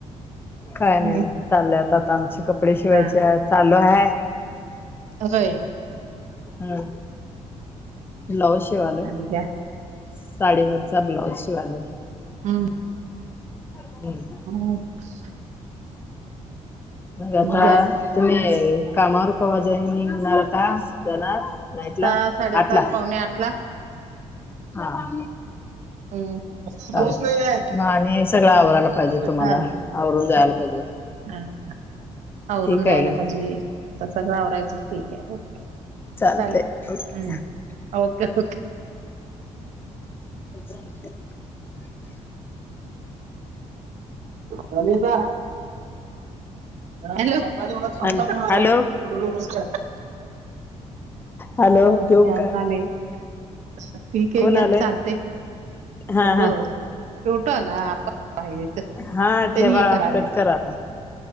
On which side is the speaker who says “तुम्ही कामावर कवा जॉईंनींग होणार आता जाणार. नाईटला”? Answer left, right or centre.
Left